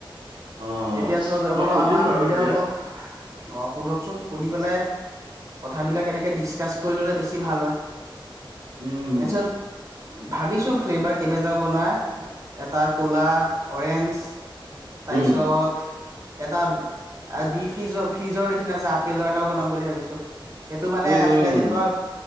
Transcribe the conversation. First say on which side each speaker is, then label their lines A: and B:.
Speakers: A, on the right; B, on the right.
A: অ
B: তেতিয়া ধৰ অকল
A: মই সুধিম
B: আমাৰ
A: বাৰু
B: সুবিধা
A: এতিয়া
B: হ'ব অ', সোধকচোন সুধি পেলাই কথাবিলাক এনেকৈ ডিছকাছ কৰি ল'লে বেছি ভাল হয়
A: উম,
B: তাৰপিছত ভাবিছো ফ্লেভাৰ কেইবাটাও বনোৱা এটা ক'লা অৰেঞ্জ তাৰপিছত
A: উম
B: এটা বি ফিজৰ ফ্ৰিজৰ নিচিনা যে আপেলৰ এটাও বনাম বুলি ভাবিছো সেইটো মানে
A: উম
B: আজিকালি
A: উম
B: ধৰ,